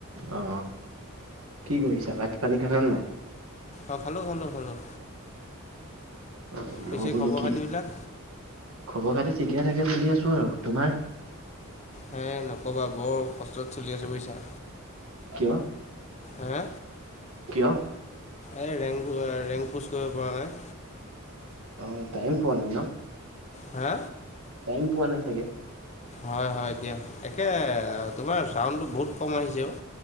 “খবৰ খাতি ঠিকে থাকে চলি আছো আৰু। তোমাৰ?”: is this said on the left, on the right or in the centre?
Right